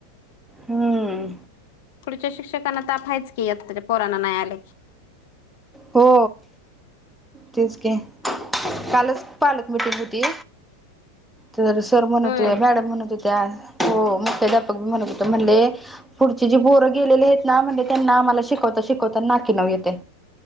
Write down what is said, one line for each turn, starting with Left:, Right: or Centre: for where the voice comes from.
Centre: हम्म
Left: पुढच्या शिकक्ष शकांना तायच की पोरांना न्यायाल
Centre: हो. तेच की कालच पालक मिटिंग होती. तर सर म्हण होते
Left: होय
Centre: मॅडम म्हणत होत्या हो मुख्याध्यापक म्हणत होत म्हणले पुढचे जे बोरं गेलेले आहेत ना म्हणजे त्यांना आम्हाला शिकवता शिकवता नाके नऊ येतय